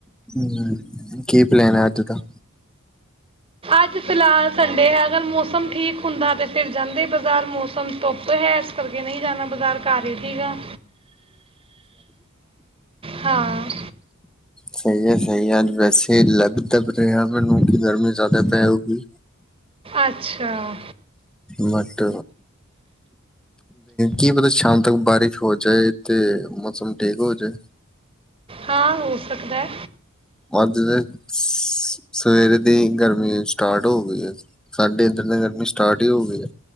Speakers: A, in the centre; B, on the right (about 25°).
A: ਹਮ ਕੀ ਪਲੈਨ ਅੱਜ ਦਾ
B: ਅੱਜ ਫਿਲਹਾਲ ਸੰਡੇ ਹੈ, ਅਗਰ ਮੌਸਮ ਠੀਕ ਹੁੰਦਾ, ਤੇ ਫਿਰ ਜਾਂਦੇ ਬਾਜ਼ਾਰ ਮੌਸਮ ਧੁੱਪ ਹੈ ਇਸ ਕਰਕੇ ਨਹੀਂ ਜਾਣਾ ਬਜ਼ਾਰ, ਘਰ ਹੀ ਠੀਕ ਹਾਂ। ਹਾਂ
A: ਸਹੀ ਹੈ, ਸਹੀ ਆ ਵੈਸੇ ਲੱਗਦਾ ਪ ਮਨ ਕਿ ਗਰਮੀ ਜ਼ਿਆਦਾ ਪੈ ਉਗੀ
B: ਅੱਛਾ <unintelligible>
A: ਬਟ ਕੀ ਪਤਾ ਸ਼ਾਮ ਤੱਕ ਬਾਰਿਸ਼ ਹੋ ਜਾਏ ਤੇ ਮੌਸਮ ਠੀਕ ਹੋ ਜੇ
B: ਹਾਂ, ਹੋ ਸਕਦਾ ਐ
A: ਅੱਜ ਦੇ ਸਵੇਰੇ ਦੀ ਗਰਮੀ ਸਟਾਰਟ ਹੋ ਗਈ ਹੈ, ਸਾਡੇ ਨੇ ਗਰਮੀ ਸਟਾਰਟ ਹੀ ਹੋ ਗਈ ਹੈ